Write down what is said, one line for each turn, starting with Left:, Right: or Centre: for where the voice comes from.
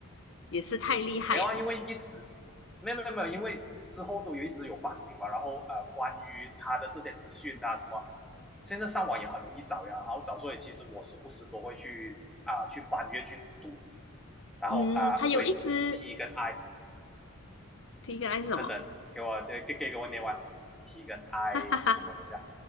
Left: 也是太厉害了。
Centre: 没有啊，因为一直没有没有没有，因为之后都有一直有翻新嘛，然后呃关于他的这些资讯啊什么，现在上网也很容易找呀，然后找，所以其实我时不时都会去啊、呃去翻阅去读，然后啊、
Left: 嗯，它有一只
Centre: 呃对 T 跟 I
Left: 题干是什么？
Centre: 等等，给我给给给我念完 T 跟
Left: <laughs>
Centre: I
Left: 哈哈哈，
Centre: 是什么？等一下